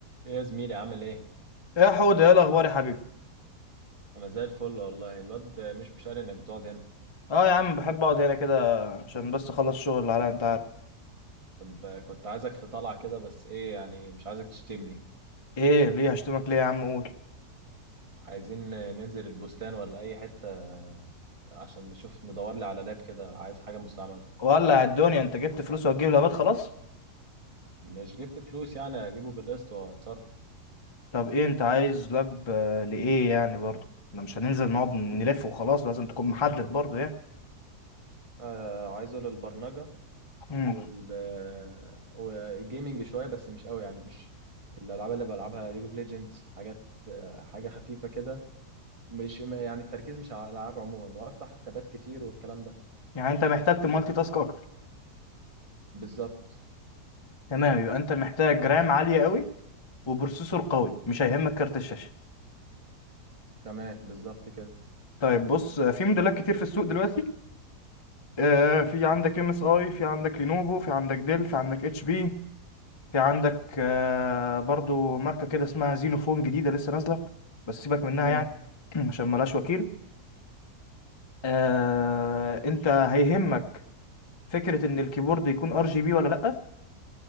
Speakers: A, on the right; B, on the left.
A: ايه يا زميلي عامل ايه؟
B: يا حودة ايه الاخبار يا حبيبي
A: انا زي الفل والله الواد مش مش قال انك بتقعد هنا
B: اه يا عم بحب اقعد هنا كده عشان بس اخلص الشغل اللي عليا انت عارف
A: طب كنت عايزك في طلعة كده بس ايه يعني مش عايزك تشتمني
B: ايه ليه هشتمك ليه يا عم قول
A: عايزين ننزل البستان ولا اي حتة عشان نشوف ندور لي على لاب كده عايز حاجة مستعملة
B: ولع الدنيا انت جبت فلوس وهتجيب لابات خلاص
A: مش جبت فلوس يعني اجيبه بالقسط واتصرف
B: طب ايه انت عايز لاب آه، لايه يعني برضه احنا مش هننزل نقعد نلف وخلاص لازم تكون محدد برضه يعني
A: آه عايزه للبرمجة
B: امم
A: وال والجيمنج شوية بس مش قوي يعني مش الالعاب اللي بلعبها ليج اوف ليجندز حاجات آه، حاجة خفيفة كده مش ما- يعني التركيز مش على الالعاب عموما وافتح تابات كتير والكلام ده
B: يعني انت محتاج تمالتي تاسك اكتر
A: بالظبط
B: تمام يبقى انت محتاج رام عالية قوي وبروسيسور قوي مش هيهمك كارت الشاشة
A: تمام بالظبط كده
B: طيب بص آه، في موديلات كتير في السوق دلوقتي آه، في عندك ام اس اي في عندك لينوفو في عندك ديل في عندك اتش بي في عندك آه، برضو ماركة كده اسمها زينوفون جديدة لسه نازلة بس سيبك منها
A: امم
B: يعني <clears throat> عشان ملهاش وكيل آه، انت هيهمك فكرة ان الكيبورد يكون ار جي بي ولا لأ